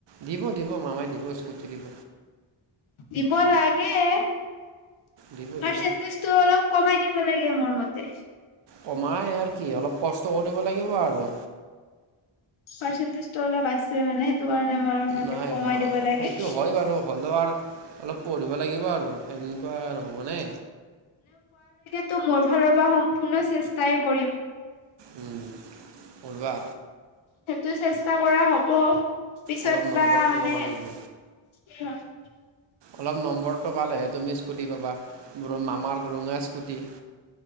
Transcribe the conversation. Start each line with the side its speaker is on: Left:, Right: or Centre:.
Right: দিব দিব মামাই দিব স্কুটি দিব।
Left: দিব লাগে পাৰ্চেণ্টেজটো
Right: দিব দিব
Left: অলপ কমাই দিব লাগে মোৰ মতে।
Right: কমাই আৰু কি অলপ কষ্ট কৰিব লাগিব আৰু
Left: পাৰ্চেণ্টেজটো অলপ আছে মানে, সেইটো কাৰণে মই
Right: নাই
Left: কমাই দিব লাগে।
Right: সেইটো হয় বাৰু হ'লেও আৰু অলপ পঢ়িব লাগিব আৰু সেনেকুৱা নহবনে
Left: তটো মোৰ ফালৰ পৰা সম্পূৰ্ণ চেষ্টাই কৰিম।
Right: উম। অলবা
Left: সেইটো চেষ্টা কৰা হ'ব। পিছত
Right: অলপ নম্বৰটো
Left: বা মানে
Right: পাব লাগিব
Left: <unintelligible>
Right: অলপ নম্বৰ পালেহে তুমি স্কুটি পাবা, বুলি মামাৰ ৰঙা স্কুটি।